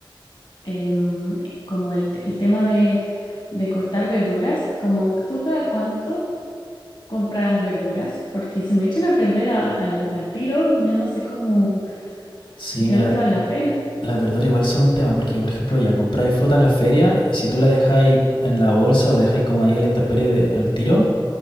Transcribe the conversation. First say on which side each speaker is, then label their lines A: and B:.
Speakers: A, on the left; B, on the left.
A: em, como el, te- el tema de, de cortar verduras. Como tú cada cuánto compras verduras, porque se me echan a perder a- al, al tiro, yo no sé cómo,
B: Sí,
A: si finalmente
B: mira,
A: vale la pena.
B: las verduras igual son un tema, porque por ejemplo ya compráis fruta en la feria y si tú la dejáis en la bolsa o la dejáis como ahí a la intemperie de- en el tiro,